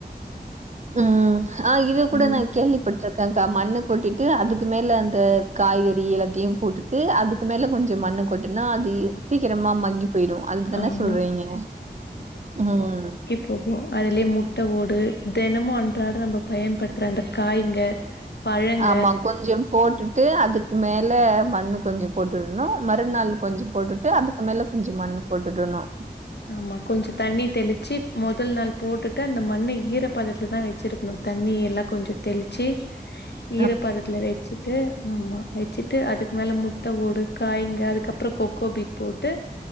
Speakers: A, on the right; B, on the left.
A: ம் ஆ இது கூட
B: ம்
A: நான் கேலி போட்ருக்கங்க்கா மண்ணு கொட்டிட்டு அதுக்கு மேல அந்த காய்கறி எல்லாத்தையு போட்டு ட்டு அதுக்கு மேல கொஞ்சோ மண்ணு கொட்டனா அது சீக்கிரமா மங்கி போயிடு அதுதான
B: ஆமா
A: சொல்றீங்க ம்
B: போகும் அதுலயே முட்டை ஓடு தினமு அன்றாட நம்ம பயன்படுத்துற அந்த காய்ங்க பழங்க
A: ஆமா கொஞ்சோ போட்டு ட்டு அதுக்கு மேல மண்ணு கொஞ்சோ போட்டுடணு மறுநாள் கொஞ்சோ போட்டுட்டு அதுக் அது மேல கொஞ்சோ மண்ணு போட்டுடணு
B: ஆமா கொஞ்சோ தண்ணி தெளிச்சு முதல் நாள் போட்டுட்டு அந்த மண்ண ஈர பதத்துல தா வச்சிருக்கணு தண்ணி எல்லா கொஞ்சோ தெளிச்சு
A: ம்
B: ஈரப்பதத்தில வச்சுட்டு ஆமா வச்சுட்டு அதுக்கு மேல முட்டை ஓடு காய்ங்க அதுக்கப்றோ கொக்கோபீட் போட்டு